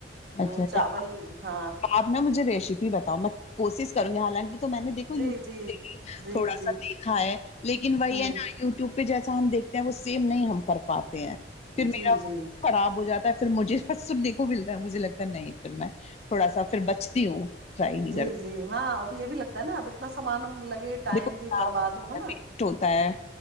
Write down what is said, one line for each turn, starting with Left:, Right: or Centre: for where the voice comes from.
Right: تو
Left: اچھا اچھا
Right: چاول ہاں
Left: آپ نہ مجھے ریسیپی بتاؤ میں کوشش کروں گی حالانکہ تو میں نے دیکھو یوٹیوب
Right: جی جی
Left: سے بھی
Right: جی
Left: تھوڑا
Right: جی
Left: سا دیکھا ہے لیکن وہی
Right: ہوں
Left: ہے نا یو ٹیوب پہ جیسا ہم دیکھتے ہیں وہ سیم نہیں ہم کر پاتے ہیں پھر
Right: جی
Left: میرا
Right: جی
Left: خراب ہو جاتا ہے پھر مجھے بس سننے کو مل تا ہے مجھے لگتا نہیں پھر میں تھوڑا سا پھر بچتی ہوں ٹرائی نہیں
Right: جی
Left: کرتی
Right: جی ہاں اب یہ بھی لگتا ہے نا اب اتنا سامان لگے ٹائم
Left: دیکھوٹ
Right: بھی برباد ہو ہے نا
Left: ہوتا ہے